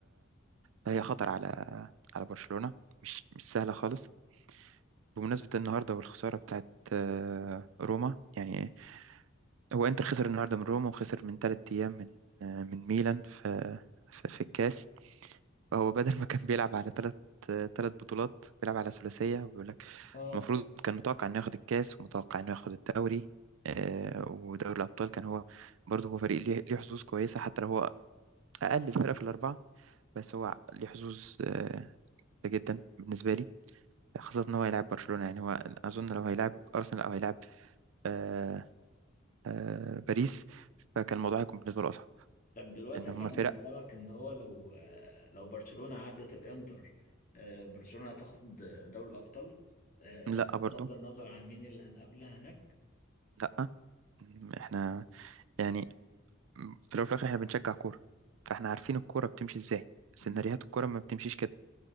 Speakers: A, on the right (about 80°); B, on the left (about 40°).
A: فهي خطر على على برشلونة مش مش سهلة خالص بمناسبة النهاردة والخسارة بتاعت آه، روما يعني هو انتر خسر النهاردة من روما وخسر من تلات أيام من آه، من ميلان في في في الكاس هو بدل ما كان بيلعب على ثلاث ثلاث بطولات بيلعب على ثلاثية وبيقول لك
B: اه
A: المفروض كان متوقع انه ياخد الكاس ومتوقع انه ياخد الدوري آه، ودوري الابطال كان هو برضه هو فريق ليه ليه حظوظ كويسة حتى لو هو اقل الفرق في الاربعة بس هو ليه حظوظ آه، جدا بالنسبة لي خاصة ان هو هيلاعب برشلونة يعني هو اظن لو هيلاعب ارسنال او هيلاعب آه، آه، باريس فكان الموضوع هيكون بالنسبة له اصعب
B: طب دلوقتي
A: ان هم
B: افهم
A: فرق
B: من كلامك ان هو لو آه، لو برشلونة عدت الانتر آه، برشلونة هتاخد دوري الابطال آه،
A: لا
B: بغض
A: برضه
B: النظر عن مين اللي هنقابلها هناك
A: لا احنا يعني في الأول وفي الآخر إحنا بنشجع كورة فإحنا عارفين الكورة بتمشي إزاي سيناريوهات
B: مم.
A: الكورة ما بتمشيش كده